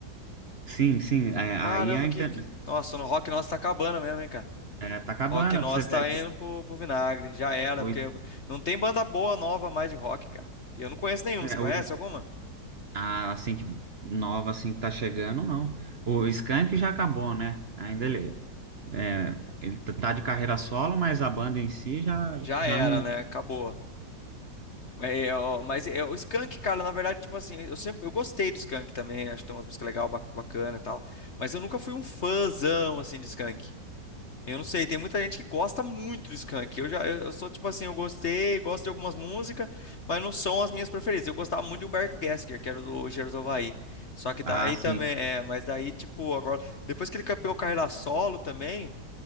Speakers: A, on the right; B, on the left.
A: Sim, sim. é, aí
B: Caramba,
A: a inter-
B: que, que... Nossa, no rock nosso tá acabando mesmo, hein, cara?
A: é, tá acabando,
B: Rock nosso
A: você vê
B: tá indo pro, pro vinagre. Já era,
A: O,
B: porque não tem banda boa nova mais de rock, cara. Eu não conheço nenhuma.
A: é,
B: Você conhece
A: o-
B: alguma?
A: a, assim, que nova assim que tá chegando, não. O Skank já acabou, né? Ainda ele, é, ele tá tá de carreira solo, mas a banda em si já,
B: Já
A: já
B: era,
A: não.
B: né? Acabou. Mas, eu- mas eu- o Skank, cara, na verdade, tipo assim, eu sempre eu gostei do Skank também. Acho que tem umas músicas legais, bacana e tal. Mas eu nunca fui um fãzão, assim, de Skank. Eu não sei, tem muita gente que gosta muito do Skank. Eu já, eu, eu sou tipo assim, eu gostei, gosto de algumas músicas, mas não são as minhas preferidas. Eu gostava muito de Humberto Gessinger, que era do Engenheiros do Havaí. Só que daí
A: Ah, sim.
B: também, é, mas daí tipo, agora, depois que ele campeou carreira solo também,